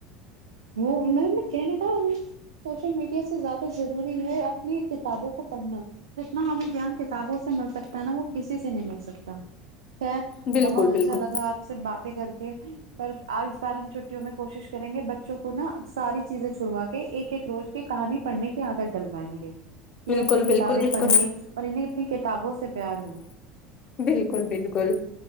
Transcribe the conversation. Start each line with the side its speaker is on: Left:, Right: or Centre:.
Right: وہ میم کہنے تھا ابھی سوشل میڈیا سے زیادہ ضروری ہے اپنی کتابوں کو پڑھنا جتنا ہمیں گان کتابوں سے مل سکتا ہے نا وہ کسی سے نہیں مل سکتا خیر
Left: بالکل
Right: بہت اچھا
Left: بالکل
Right: لگا آپ سے بات کر کے پر آج بار ہم چھٹیوں میں کوشش کریں گے بچے بچوں کو نہا ساری چیزیں چھڑوا کے ایک ایک روز کی کہانی پڑھنے کی عادت ڈلوائیںے
Left: بالکل
Right: یہ اپنی
Left: بالکل
Right: کتابیں
Left: بالکل
Right: پڑھیں اور انہیں اپنی کتابوں سے پیار ہو
Left: بالکل بالکل